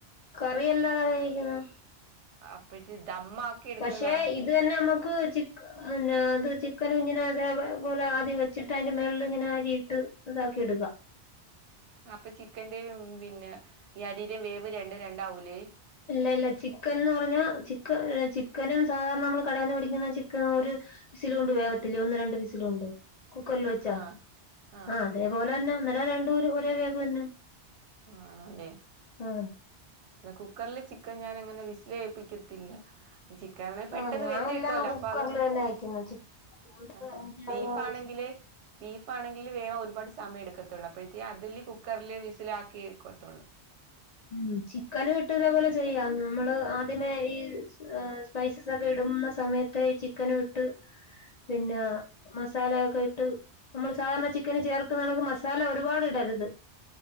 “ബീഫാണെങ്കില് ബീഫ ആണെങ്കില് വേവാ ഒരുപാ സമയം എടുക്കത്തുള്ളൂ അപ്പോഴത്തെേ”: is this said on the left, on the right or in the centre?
Right